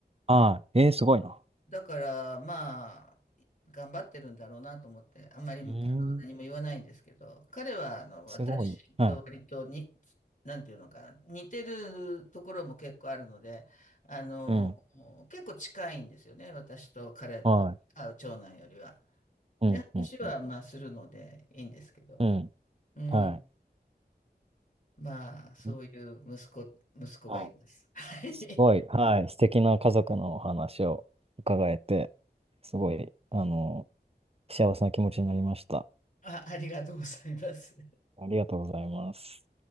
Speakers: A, on the right; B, on the left.
A: ああ、えー、すごいな。
B: だから、まあ、頑張ってるんだろうなと思って、あんまり、あの、
A: うん、
B: 何も言わないんですけど、彼は、あの、私と割とに、
A: すごい。はい。
B: なんていうのかな、似てるところも結構あるので、あの、
A: うん。
B: 結構近いんですよね、私と彼の方、
A: はい。
B: あ、長男よりは。
A: うん、
B: で、話は、
A: うん、うん。
B: まあ、するのでいいんですけど、
A: うん。
B: うん、
A: はい。
B: まあ、そういう息子、
A: うん
B: 息子がいます。
A: はい
B: はい。
A: すごい、はい、素敵な家族のお話を伺えて、すごい、あの、幸せな気持ちになりました。
B: あ、ありがとうございます。
A: ありがとうございます。